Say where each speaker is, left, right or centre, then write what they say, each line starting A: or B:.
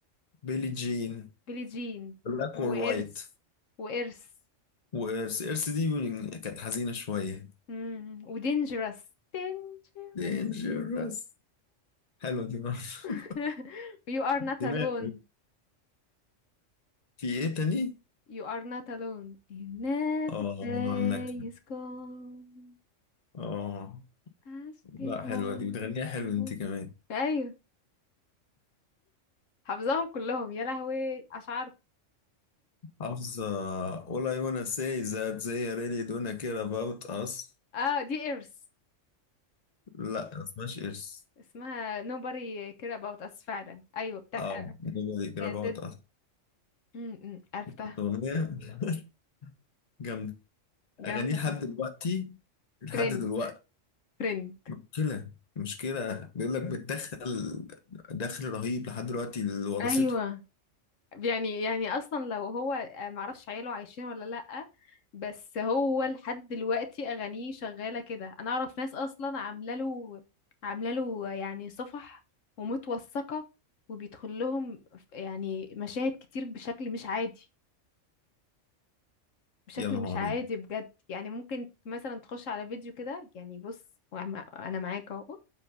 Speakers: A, on the left; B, on the left.
A: بيلي جين
B: بيلي جين
A: بلاك اور
B: وإرث
A: وايت
B: وإرث
A: وإرث إرث دي كانت حزينة شوية
B: امم ودينجرس دينجرس
A: دينجرس حلوة دي برضه
B: <laughs> you are
A: <laughs>
B: not
A: دماغي
B: alone
A: في ايه تاني؟
B: You are not alone. Never
A: اه
B: day
A: النكد
B: is gone.
A: اه
B: I still
A: لا
B: love
A: حلوة دي بتغنيها حلو
B: you.
A: انت كمان
B: ايوه حافظاهم كلهم يا لهوي اشعرت
A: حافظة all I wanna say is that they really don't care about us
B: اه دي ايرث
A: لا ما اسمهاش إرس
B: اسمها nobody care about us فعلا ايوه بتاعت
A: اه nobody care
B: and
A: about
B: did-
A: us
B: م- م، عرفتها
A: كانت أغنية <laughs> جامدة
B: جامده
A: أغانيه لحد
B: فعلا
A: دلوقتي لحد
B: ترند
A: دلوقتي
B: ترند
A: مشكلة مشكلة بيقول لك بتدخل دخل رهيب لحد دلوقتي اللي ورثته
B: ايوه يعني يعني اصلا لو هو آه، معرفش عياله عايشين ولا لأ بس هو لحد دلوقتي اغانيه شغاله كده انا اعرف ناس اصلا عامله له عامله له يعني صفح ومتوثقه وبيدخل لهم يعني مشاهد كتير بشكل مش عادي بشكل
A: يا نهاري
B: مش عادي بجد يعني ممكن مثلا تخش على فيديو كده يعني بص وأنا- انا معاك اهو